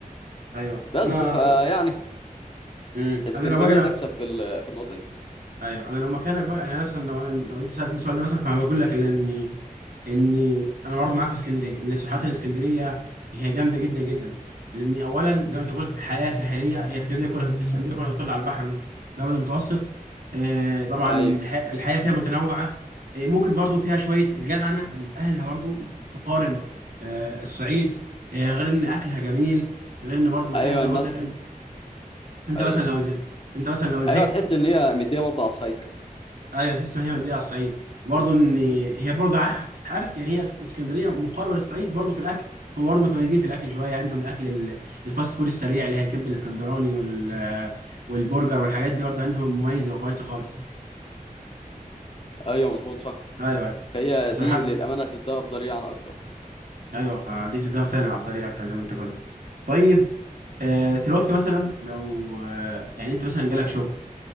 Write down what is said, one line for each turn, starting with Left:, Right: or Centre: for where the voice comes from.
Right: ايوه
Left: بس
Right: انا
Left: فيعني
Right: امم
Left: اسكندرية
Right: انا لو باجي انا
Left: تكسب في ال- في النقطة دي
Right: ايوه انا لو مكانك بقى يعني مثلا لو لو انت سالتني السؤال ده مثلا فانا بقول لك لان اني انا برضه معاك في اسكندريه لان صراحه الاسكندريه هي جامده جدا جدا لان اولا زي ما انت قلت حياه ساحليه هي اسكندريه كلها اسكندريه كلها تطل على البحر المت- الابيض المتوسط آه، طبعا
Left: أيوه
Right: الح- الحياه فيها متنوعه آه، ممكن برضه فيها شويه الجدعنه اللي في اهلها برضه تقارب آه، الصعيد آه، غير ان اكلها جميل غير ان برضه
Left: أيوه
Right: فاهم زي
Left: الناس
Right: ما قلت لك انت انت
Left: أيوه
Right: مثلا لو زه... انت مثلا لو زهقت
Left: أيوه تحس إن هي مدية برضه على الصعيد كده
Right: ايوه تحس ان هي مديه على الصعيد وبرضه ان هي برضه ع- عارف يعني هي اس- اسكندريه مقاربه للصعيد برضه في الاكل هم برضه متميزين في الاكل شويه عندهم الاكل ال- الفاست فود السريع اللي هي الكبد الاسكندراني وال والبرجر والحاجات دي برضه عندهم مميزه وكويسه خالص
Left: أيوه مظبوط صح
Right: ايوه ايوه
Left: فهي
Right: بصراحه
Left: دي للأمانة هتديها أفضلية عن أكتر
Right: ايوه فدي تديها فعلا افضليه اكتر زي ما انت قلت طيب آه، دلوقتي مثلا لو آه، يعني انت مثلا جالك شغل